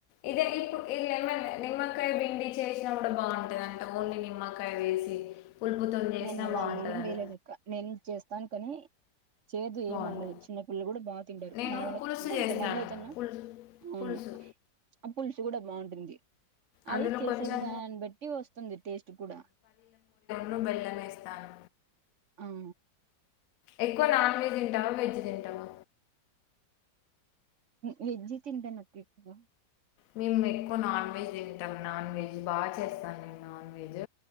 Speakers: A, on the left (about 70°); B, on the right (about 50°).
A: ఇదే ఇప్పు ఇ లెమన్ నిమ్మకాయ పిండి చేసినా కూడా బాగుంటదంట ఓన్లీ ని మ్మకాయ వేసి పులుపుతో చేసినా
B: నేను అలా
A: బాగుంటుంది
B: ఏం
A: అంట
B: వేయలేదక్క నేను చేస్తాను కాని చేదు ఏమి
A: బాగుంటుంది
B: ఉండదు చిన్న పిల్లలు కూడా బా తింటారు
A: నేను
B: మావాళ్ళు
A: పులుసు
B: కొంతమంది
A: చేస్తాను
B: అయితేన
A: పులుసు
B: అవును
A: పులుసు
B: ఆ పులుసు కూడా బాగుంటుంది
A: అందులో
B: అది చేసే
A: కొంచెం
B: విధానాన్ని బట్టి వస్తుంది టేస్ట్ కూడా
A: ను బెల్లం వెస్తాను
B: అవు
A: ఎక్కువ నాన్ వెజ్ తింటావా వెజ్ తింటావా
B: వెజ్ తింటనా ఎక్కువ
A: మేము ఎక్కువ నాన్ వెజ్ తింటాం నాన్ వెజ్ బాగా చేస్తాను నేను నాన్ వెజ్